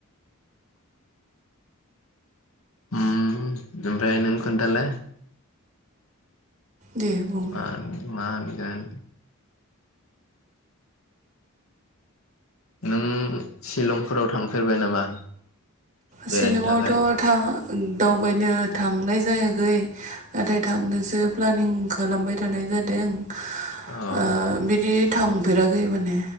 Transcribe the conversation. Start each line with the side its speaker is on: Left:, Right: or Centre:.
Left: ओम‌ ओमफ्राय नों खोथालाय।
Right: दे बुं
Left: मां मान ओं नों शिलंफोराव थांफेरबाय नामा? बेरायनो
Right: शिलंआवथ'
Left: थाखाय
Right: थां दावबायनो थांनाय जायाखै। नाथाय थांनोसो प्लानिं खालामबाय थानाय जादों।
Left: औ
Right: ओ बिदि थांफेराखै माने